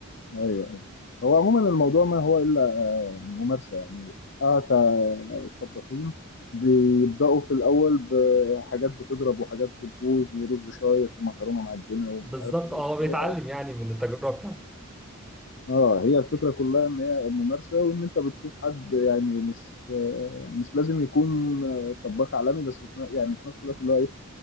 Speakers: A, on the left (about 55°); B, in the centre.
A: ايوه ايوه هو عموما الموضوع ما هو الا ممارسه يعني اه تا- الطباخين بيبداوا في الاول بحاجات بتضرب وحاجات بتبوظ ورز شايط ومكرونه معجنه ومش
B: بالظبط
A: عارف ايه
B: اه
A: في
B: هو
A: النهاية.
B: بيتعلم يعني من التجربه بتاعته
A: اه هي الفكره كلها ان هي ممارسه وان انت بتشوف حد يعني مش آه، مش لازم يكون آه، طباخ عالمي بس في ن- يعني في نفس الوقت اللي هو ايه